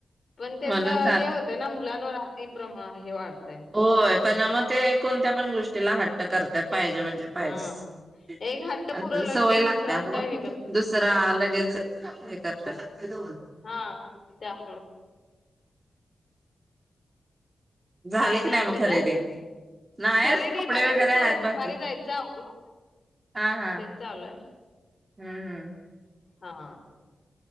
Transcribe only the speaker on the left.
पण त्याच
हे होतं ना मुलांवर अात प्र हे वाढतय
हा एक हट्ट पुरवला
की
दुसरा
हट्ट हे करतात
हा त्यामुळं
काय
नाही आवरलं,
खरेदी
बघायचं
तर दुपारी
जायचं आवरून
तेच चालूय
हा.